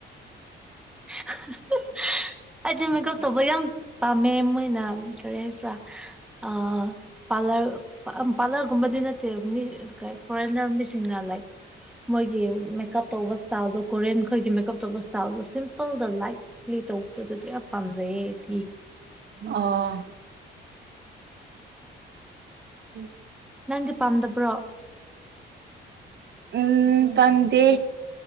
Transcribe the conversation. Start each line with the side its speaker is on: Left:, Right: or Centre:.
Centre: <inaudible> ꯑꯩꯗꯤ ꯃꯦꯀꯞ ꯇꯧꯕ ꯌꯥꯝ ꯄꯥꯝꯃꯦ ꯃꯣꯏꯅ ꯀꯔꯤ ꯍꯥꯏꯁꯤ꯭ꯔꯥ ꯑ ꯄꯥꯔꯂꯔ ꯄꯥꯔꯂꯔꯒꯨꯝꯕꯗꯤ ꯅꯠꯇꯦꯕ ꯃꯤ ꯐꯣꯔꯦꯟꯅꯔ ꯃꯤꯁꯤꯡꯅ ꯂꯥꯏꯛ ꯃꯣꯏꯒꯤ ꯃꯦꯀꯞ ꯇꯧꯕ ꯏꯁꯇꯥꯏꯜꯗꯣ ꯀꯣꯔꯤꯌꯟ ꯈꯣꯏꯒꯤ ꯃꯦꯀꯞ ꯇꯧꯕ ꯏꯁꯇꯥꯏꯜꯗꯣ ꯁꯤꯝꯄꯜꯗ ꯂꯥꯏꯛ ꯂꯩ ꯇꯧꯕꯗꯁꯨ ꯌꯥꯝ ꯄꯥꯝꯖꯩꯌꯦꯗꯤ
Right: ꯑꯥ ꯎꯝ
Centre: ꯅꯪꯗꯤ ꯄꯥꯝꯗꯕ꯭ꯔꯣ
Right: ꯎꯝ ꯐꯗꯦ